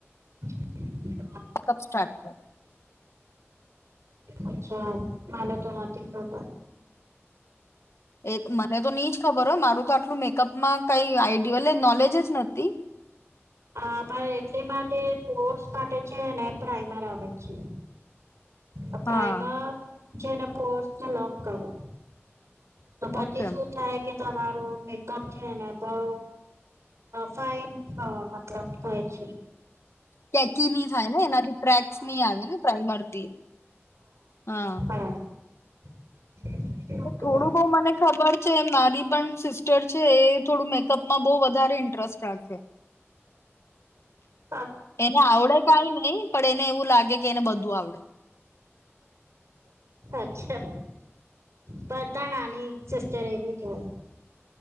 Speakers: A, on the right; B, on the left.
A: અ
B: ચેકઅપ સ્ટાર્ટ કર
A: અચ્છા ના તો નાતી <inaudible>
B: એ મને તો નીજ ખબર હોય, મારું તો આટલું મેકઅપ માં કઈ આઈડલે નોલેજ જ નથી.
A: હા, પણ એટલી માટે ફર્સ માટે છે ને પ્રાઈમર આવે છે. અહ પ્રાઈમર
B: હા
A: જેને પોસ્ટ લોક કરો. તો પછી
B: ઓકે.
A: શું થાય કે તમારું મેકઅપ છેને બોવ, ફાઈન મતલબ થાય છે.
B: <unintelligible> ની થાય ને એનાથી ક્રેક્સ
A: હા
B: ની આવે ને પ્રાઈમરથી. હા.
A: <inaudible> બરાબર
B: થોડું બઉ મને ખબર છે. મારી પણ સિસ્ટર છે, એ થોડું મેકઅપમાં બો વધારે ઇન્ટરેસ્ટ રાખે
A: હ
B: એને આવડે કઈની પણ એને એવું લાગે કે એને બધું આવડે
A: અચ્છા બટ તાલાની સિસ્ટર એવી હમ્મ.